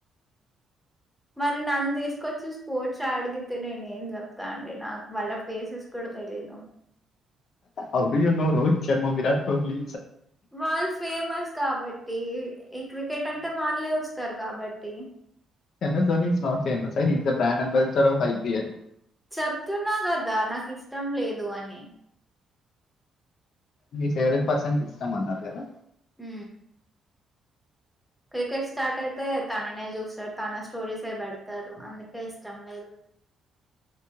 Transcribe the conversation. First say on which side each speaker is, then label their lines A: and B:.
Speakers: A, in the centre; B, on the left (about 65°).
A: మరి నన్ను తీసుకొచ్చి స్పోర్ట్స్ అడిగితే నేను ఏం చెప్తా అండి నాకు వాళ్ళ ఫేసెస్ కూడా తెలీదు
B: ఆ వీడియోనో రోహిత్ శర్మ విరాట్ కోహ్లీ
A: వాల్ ఫేమస్ కాబట్టి ఈ క్రికెట్ అంటే వాళ్ళే వస్తారు కాబట్ తీ
B: ఎమజన్ ఈస్ నాట్ ఫేమస్ హై he is the brand ambassador of I P L
A: చెప్తున్నా కదా నాకు ఇష్టం లేదు అని
B: మీ ఫేవరెట్ పర్సెన్ కి ఇష్టం అన్నారు కదా
A: ఊ క్రికెట్ స్టార్ట్ అయితే తననే చూ సర్ తన స్టోరీస్ ఏ పెడతారు అందుకే ఇష్టం లేదు